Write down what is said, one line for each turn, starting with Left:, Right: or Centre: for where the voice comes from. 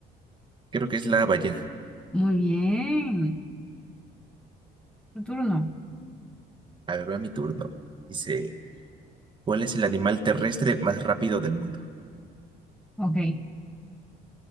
Right: Creo que es la ballena.
Centre: Muy bien, tu turno.
Right: A ver, va mi turno. Dice, ¿cuál es el animal terrestre más rápido del mundo?
Centre: Ok.